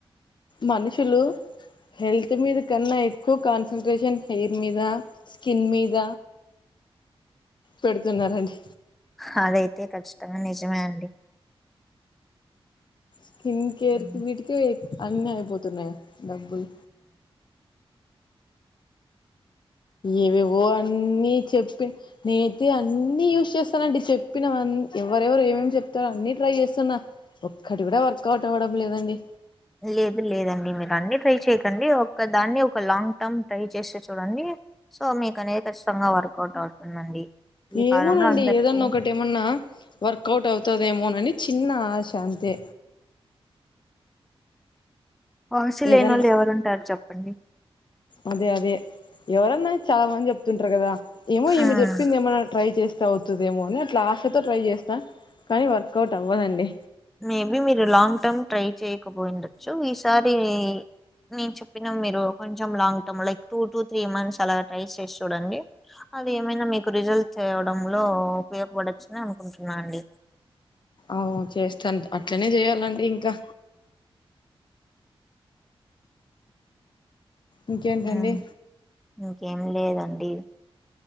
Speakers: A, on the left; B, in the centre.
A: మనుషులు హెల్త్ మీద కన్నా ఎక్కువ కాన్సట్రేషన్ హెయిర్ మీద స్కిన్ మీద. పెడుతున్నారండి
B: హదైతే కచ్చితంగా మే నిజమే అండి
A: స్కిన్ కేర్
B: ఉమ్,
A: కీ వీటికే అన్ని అయిపోతున్నాయా డబ్బులు ఏవేవో అన్నీ చెప్పిన నేనైతే అన్ని యూస్ చేస్తానండి చెప్పినవా ఎవరెవరు ఏమేమి చెప్తారో అన్ని ట్రై చేస్తున్నా ఒక్కటి కూడా వర్కౌట్ అవ్వడం లేదండి
B: లేదు లేదండి మీరు అన్ని ట్రై చెయకండి ఒక దాన్ని ఒక లాంగ్ టర్మ్ ట్రై చేసి చూడండి సో మీకు అనేది ఖచ్చితంగా వర్కౌట్ అవుతుందండి ఈ
A: ఏమోనండి
B: కాలంలో అందరికి
A: ఏదన్నా ఒకటి ఏమన్నా వర్కౌట్ అవుతు తాదేమోనని చిన్న ఆశ అంతే
B: ఆశ లేని
A: ఏదన్నా
B: వాళ్ళు ఎవరు ఉంటారు చెప్పండి
A: అదే అదే ఎవరన్నా చాలా మంది చెప్త చెప్తుంటారు కదా ఏమో ఏమి
B: ఉమ్.
A: చెప్పింది ఏమైనా ట్రై చేస్తా అవు తాదేమో అని అట్లా ఆశతో ట్రై చేస్తా కానీ వర్కౌట్ అవ్వదండి
B: మేబీ మీరు లాంగ్ టర్మ్ ట్రై చేయకపోయిండొచ్చు ఈసారి నేను చెప్పిన మీరు కొంచెం long term like two to three months అలా ట్రై చేసి చూడండి అది ఏమైనా మీకు రిజల్ట్ తేవడంలో ఉపయోగపడచ్చు అనుకుంటున్నా అండి
A: అవు చేస్తాను అట్లనే చేయాలండి ఇంకా ఇంకేంటండి
B: ఆ ఇంకేం లేదండి